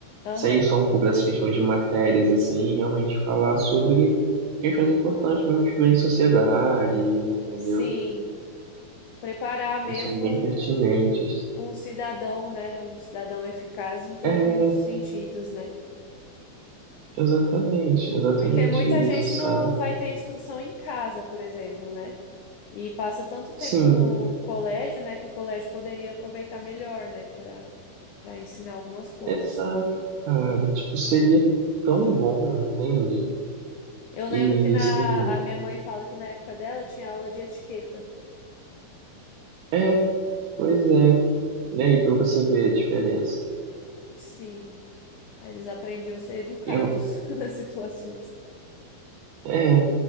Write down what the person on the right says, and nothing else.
Sair só um pouco dessas questões de matérias, assim, e realmente falar sobre questões importantes mesmo de viver em sociedade, entendeu?
Que são bem pertinentes.
É,
exatamente, exatamente
isso,
sabe?
Sim,
Exato, cara. Tipo, seria tão bom, entende?
E
assim,
é, pois é. E aí, pra você ver a diferença.
Eu,
é,